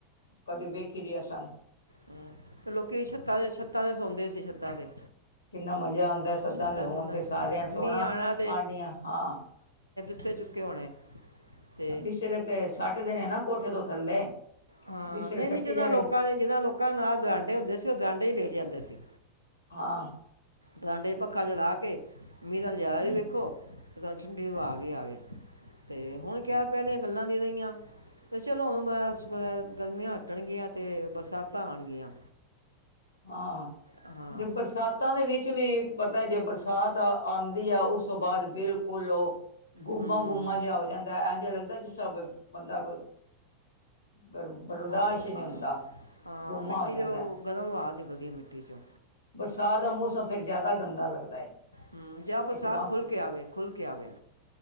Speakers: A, on the left; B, on the right.
A: ਕਦੇ ਵੇਖੀ ਦੀਆਂ ਸਨ।
B: ਹਮ, ਤੇ ਲੋਕੀ ਛੱਤਾਂ ਦੇ ਛੱਤਾਂ ਦੇ ਸੌਂਦੇ ਸੀ ਛੱਤਾਂ ਤੇ।
A: ਕਿੰਨਾ ਮਜ਼ਾ ਆਦਾ ਛੱਤਾ
B: ਛੱਤਾਂ
A: ਤੇ ਸੋਣ
B: ਸੌਂਦਾ
A: ਤੇ ਸਾਰਿਆਂ ਨੇ ਸੋਹਣਾ
B: ਮੀਂਹ ਆਣਾ
A: ਆਂਢੀਆਂ ਹਾਂ।
B: ਬਿਸਤਰੇ ਚੁੱਕੇ ਹੋਣੇ। ਤੇ
A: ਬਿਸਤਰੇ ਤੇ ਸਟ ਦੇ ਨੇ ਨਾ ਕੋਠੇ ਤੋਂ ਥੱਲੇ।
B: ਹਾਂ
A: ਬਿਸਤਰੇ
B: ਨਹੀਂ-ਨਹੀਂ,
A: ਸੱਟੀ
B: ਜਿਦਾਂ
A: ਜਾਣੇ
B: ਲੋਕਾਂ ਦੇ ਜਿਹਨਾਂ ਲੋਕਾਂ ਨਾਲ ਬਰਾਂਡੇ ਹੁੰਦੇ ਸੀ, ਉਹ ਬਰਾਂਡੇ ਹੀ ਲੇਟ ਜਾਂਦੇ ਸੀ।
A: ਹਾਂ।
B: ਬਰਾਂਡੇ ਚ ਪੱਖਾ ਚਲਾ ਕੇ ਮੀਂਹ ਦਾ ਨਜਾਰਾ
A: ਹੂੰ
B: ਵੀ ਵੇਖੋ। ਠੰਡੀ ਹਵਾ ਵੀ ਆਵੇ ਤੇ ਹੁਣ ਕਿਆ ਪਹਿਲੀਆਂ ਗੱਲਾਂ ਨਹੀ ਰਹੀਆਂ। ਤੇ ਚਲੋ ਹੁਣ ਬ ਗਰਮੀਆਂ ਹਟਣਗੀਆਂ ਤੇ ਬਰਸਾਤਾਂ ਆਣਗੀਆਂ।
A: ਹਾਂ
B: ਹਾਂ
A: ਜੇ ਬਰਸਾਤਾਂ ਦੇ ਵਿੱਚ ਵੀ ਪਤਾ ਜੇ ਬਰਸਾਤ ਆਉਦੀ ਆ, ਉਸ ਤੋਂ ਬਾਅਦ ਬਿਲਕੁਲ ਗੁੰਮਾ
B: ਹੂੰ
A: ਗੁੰਮਾ ਜਿਹਾ ਹੋ ਜਾਂਦਾ ਐ ਜਿਹਾ ਲੱਗਦਾ ਜਿਸ ਸ ਬੰਦਾ ਕੋ। ਗਰਮ ਬਰਦਾਸ਼
B: ਉਹ- ਉਹ-
A: ਹੀ ਨਹੀਂ
B: ਆ-
A: ਹੁੰਦਾ
B: ਆ,
A: ਗੁੰਮਾ
B: ਮਿੱਟੀ
A: ਹੋ ਜਾਂਦਾ।
B: ਜੋ ਗਰਮ ਹਵਾ ਨਿਕਲਦੀ ਹੈ ਮਿੱਟੀ ਚੋਂ।
A: ਬਰਸਾਤ ਦਾ ਮੌਸਮ ਫਿਰ ਜ਼ਿਆਦਾ ਗੰਦਾ ਲੱਗਦਾ ਏ।
B: ਹਮ ਜਾ ਬਰਸਾਤ
A: ਇਕਦਮ
B: ਖੁਲ ਕੇ ਆਵੇ ਖੁਲ ਕੇ ਆਵੇ।